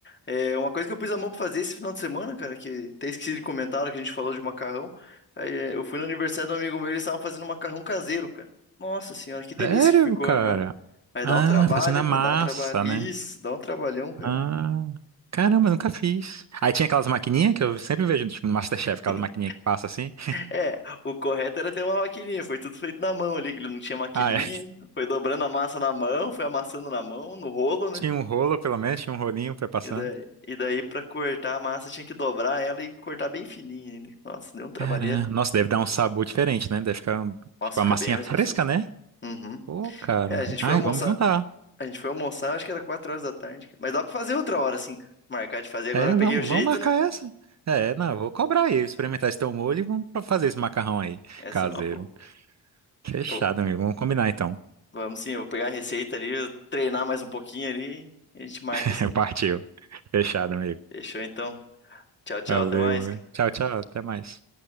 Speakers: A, on the left; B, on the right.
A: É, uma coisa que eu pus a mão pra fazer esse final de semana, cara, que até esqueci de comentar, a hora que a gente falou de macarrão. Aí, é, eu fui no aniversário do amigo meu, e eles estavam fazendo macarrão caseiro, cara. Nossa senhora, que delícia
B: Sério,
A: que ficou,
B: cara?
A: aham. Mas
B: Ah,
A: dá um trabalho,
B: fazendo a massa,
A: cara, dá um trabalho. Isso,
B: né?
A: dá um trabalhão, cara.
B: Ah, caramba, nunca fiz. Aí tinha aquelas maquininhas que eu sempre vejo tipo, no MasterChef, aquelas
A: <laughs>
B: maquininhas que passa assim.
A: É, o correto era ter uma maquininha, foi tudo feito na mão ali, que ele não tinha maquininha,
B: Ah, é. <laughs>
A: foi dobrando a massa na mão, foi amassando na mão, no rolo, né?
B: Tinha um rolo, pelo menos, tinha um rolinho pra ir passando.
A: E daí, e daí pra cortar a massa tinha que dobrar ela e cortar bem fininha ainda. Nossa, deu um trabalheiro.
B: Caramba, nossa, deve dar um sabor diferente, né? Deve ficar,
A: Nossa,
B: tipo,
A: fica
B: a massinha
A: bem mais
B: fresca,
A: gostoso.
B: né?
A: Uhum.
B: Ô, cara.
A: É, a gente
B: Ai,
A: foi almoçar,
B: vamos juntar.
A: a gente foi almoçar, acho que era 4 horas da tarde. cara. Mas dá pra fazer outra hora, assim, cara. marcar de fazer. Agora
B: É,
A: eu peguei
B: vamos,
A: o jeito,
B: vamos marcar
A: né?
B: essa. É, não, eu vou cobrar aí, experimentar esse teu molho e vamos pra fazer esse macarrão aí,
A: Essa
B: caseiro.
A: é uma boa.
B: Fechado,
A: Eu-
B: amigo. Vamos combinar então.
A: vamos sim, eu vou pegar a receita ali, eu treinar mais um pouquinho ali, e a gente marca
B: <laughs>
A: assim. cara.
B: Partiu. Fechado, amigo.
A: Fechou então. Tchau, tchau,
B: Valeu.
A: até mais, cara.
B: Tchau, tchau. Até mais.